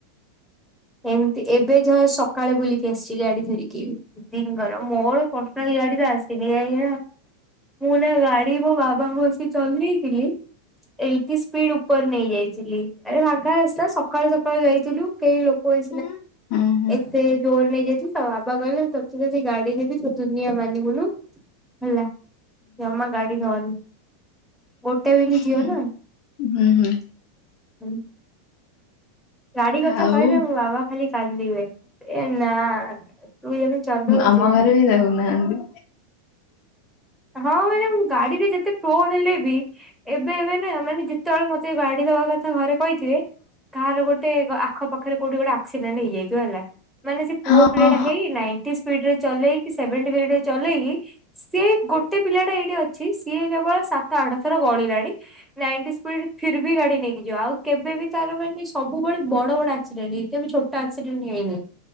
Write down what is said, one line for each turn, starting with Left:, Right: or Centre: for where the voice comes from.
Centre: ଏମିତି ଏବେ ଯ ସକାଳେ ବୁଲିକି ଆସିଛି ଗାଡି ଧରିକି। ଦି ଦିଙ୍କର ମୋର ପର୍ସନାଲ ଗାଡି ଟା ଆସିନି କାହିଁକି ନା ମୁଁ ନା ଗାଡି ମୋ ବାବାଙ୍କୁ ବସେଇ ଚଲେଇଥିଲି। ଏଇଟି ସ୍ପିଡ ଉପରେ ନେଇଯାଇଥିଲି ଆରେ ଫାଙ୍କା ରାସ୍ତା ସକାଳୁ ସକାଳୁ ଯାଇଥିଲୁ କେହି ଲୋକ <inaudible>
Left: ହୁଁ ହୁଁ।
Centre: ଏତେ ଜୋର ନେଇଯାଇଥିଲି ତ ବାବା କହିଲେ ତେ ଯଦି ଗାଡି ଦେବି ତୁ ଦୁନିଆ ମାନିବୁନୁ। ହେଲା ଜମା ଗାଡି ଧରନି। ଗୋଟେ ବୋଲି ଝିଅ
Left: ହୁଁ
Centre: ନା ହଁ।
Left: ହୁଁ ହୁଁ
Centre: ଗାଡି କଥା
Left: ଆଉ
Centre: କହିଲେ ମୋ ବାବା ଖାଲି କାନ୍ଦିବେ। ଏ ନା ତୁ ଯେମିତି ଚଲଉଛୁ
Left: ଆମ ଘରେ ବି ଦେଉନାହାନ୍ତି।
Centre: ହଁ ମାନେ ଗାଡିରେ ଯେତେ ପ୍ରୋ ହେଲେ ବି ଏବେ ଏବେ ନା ମାନେ ଯେତେବେଳେ ମତେ ଗାଡି ଦବା କଥା ଘରେ କହିଥିବେ। କାହାର ଗୋଟେ ଆଖ ପାଖରେ କୋଉଠି ଗୋଟେ ଆକ୍ସିଡେଣ୍ଟ ହେଇଯାଇଥିବ ହେଲା। ମାନେ ସେ
Left: ହଁ
Centre: ପୁଅ ପିଲା ଟା ହେଇ ନାଇଟି ସ୍ପିଡ ରେ ଚଲେଇକି ସେଭେନ ଟି ଚଲେଇକି ସେଇ ଗୋଟେ ପିଲାଟା ଏଇଠି ଅଛି ସିଏ କେବଳ ସାତ ଆଠ ଥର ଗଳିଲାଣି। ନାଇଟି ସ୍ପିଡ଼ି ରେ ଫିର ବି ଗାଡି ନେଇକି ଯିବ ଆଉ କେବେ ବି ତାର ମାନେ ସବୁବେଳେ ବଡ ବଡ ଆକ୍ସିଡେଣ୍ଟ ହେଇନି କେବେ ଛୋଟ ଆକ୍ସିଡେଣ୍ଟ ହେଇନି